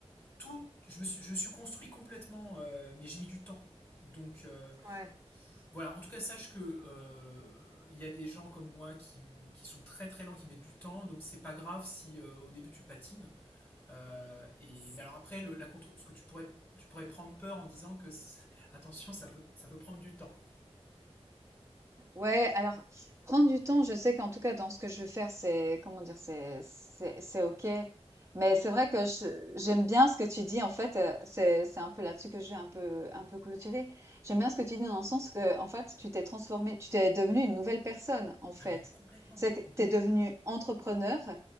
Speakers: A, on the left (about 20°); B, on the right (about 25°).
A: tout, je me suis, je me suis construit complètement, euh, mais j'ai mis du temps. Donc euh,
B: Ouais.
A: voilà, en tout cas, sache que euh, il y a des gens comme moi qui, qui sont très très lents, qui mettent du temps, donc c'est pas grave si euh, au début tu patines. Euh, et mais alors après, le, la contre, ce que tu pourrais tu pourrais prendre peur en disant que c'est- attention, ça peut ça peut prendre du temps.
B: Ouais, alors prendre du temps, je sais qu'en tout cas dans ce que je veux faire, c'est comment dire, c'est c'est c'est OK. Mais c'est vrai que je- j'aime bien ce que tu dis en fait, euh, c'est c'est un peu là-dessus que je vais un peu un peu clôturer. J'aime bien ce que tu dis dans le sens que en fait, tu t'es transformé, tu t'es devenu une nouvelle personne en fait.
A: Ah mais complètement,
B: C'est que
A: complètement.
B: t'es devenu entrepreneur,